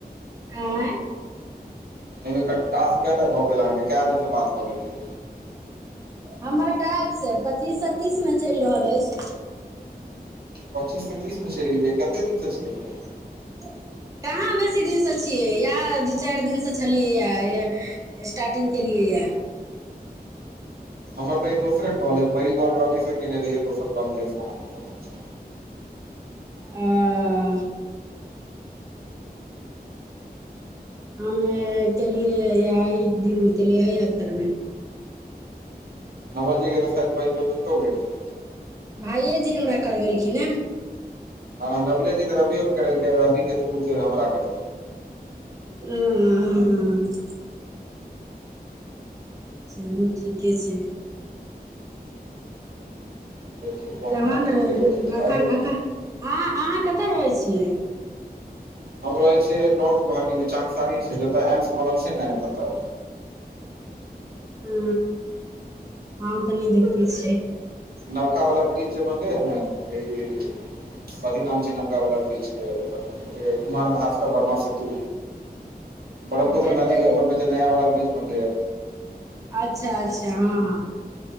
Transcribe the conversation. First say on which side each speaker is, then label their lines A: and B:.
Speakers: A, on the right (about 20°); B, on the right (about 70°).
A: आँय
B: एहिमे टास्क कटा भऽ गेल अहाँके कऽ कए दिन से बात कऽ लेलियै
A: हमर टास्क पच्चीससँ तीस मे चलि रहल अछि
B: पच्चीस सऽ तीस मे चलि गेलियै कते दिनसँ छिये से
A: <unintelligible> कहाँ बेसी दिनसँ छियै इएह दू चारि दिनसँ छलियै या स्टार्टिंग केलियै यए
B: हमर तऽ ई दोसरे कॉलै ऐय पहिल कॉल रबी सऽ केने रहियै दोसर कॉल भऽ रहल छै
A: ओ <unintelligible> हमे केलियै दिनमे केलियै एहि हफ्तामे
B: नवल जिे कऽ शायद पहिल पेनेंटो भेट गेलय
A: भाइयेजी हमरा करबेलखिन हे
B: हँ नवलेजी तऽ रबियो के करै रबी के थुरू फेर हमरा कर
A: <unintelligible> चलू ठीके छै
B: देखियौ कहुना
A: तहन
B: जे
A: एखन
B: छै एहि
A: एखन हँ अहाँ कतऽ रहै छियै
B: हम रहे छिये नारर्थ गोवाहाटी मे चसारी छै जतय एम्स बनल छै ने ततऽ
A: हू हम तऽ नहि देखने छियै
B: नबका वला ब्रिज जे बनले है ने ई कथी नाम छै नका वला ब्रिज के कथि दिन कुमार भास बर्मा सेतु ब्रह्मपुत्र
A: हेतै
B: नदी के ऊपर में जे नया वाला ब्रिज बनले ये
A: अच्छा अच्छा हँ हँ